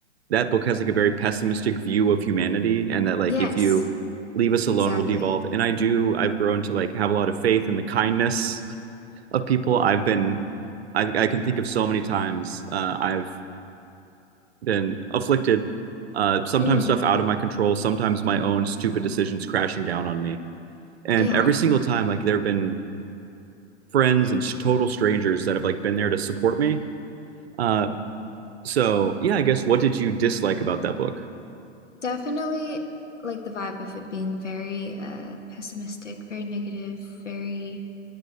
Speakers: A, on the right; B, on the left.
A: that book has like a very pessimistic view of humanity and that like
B: Yes,
A: if you leave us alone
B: exactly.
A: we'll devolve and i do i've grown to like have a lot of faith in the kindness of people i've been i, I can think of so many times uh, i've been afflicted uh, sometimes
B: Mm,
A: stuff out of my control sometimes my own stupid decisions crashing down on me and
B: yeah,
A: every single time like there have been friends and total strangers that have like been there to support me uh, so yeah i guess what did you dislike about that book
B: definitely like the vibe of it being very uh pessimistic, very negative, very